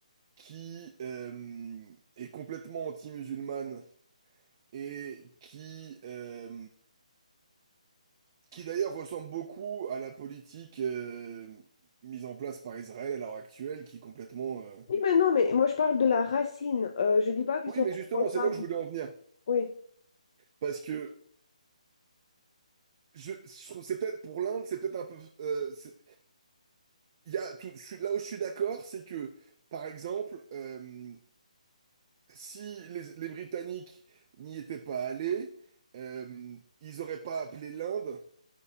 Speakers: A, on the right; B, on the left.
A: qui euh, est complètement anti-musulmane et qui, euh, qui d'ailleurs ressemble beaucoup à la politique euh, mise en place par Israël à l'heure actuelle, qui est complètement... euh,
B: Oui, mais non, mais moi je parle de la racine. Euh, je dis pas qu'ils
A: Oui,
B: sont
A: mais
B: responsables.
A: justement, c'est là où je voulais en venir,
B: Oui.
A: parce que... Je, je trouve- c'est peut-être pour l'Inde, c'est peut-être un peu, euh, c'est- Il y a tout- je suis- là où je suis d'accord, c'est que, par exemple, euh, si les, les Britanniques n'y étaient pas allés, euh, ils n'auraient pas appelé l'Inde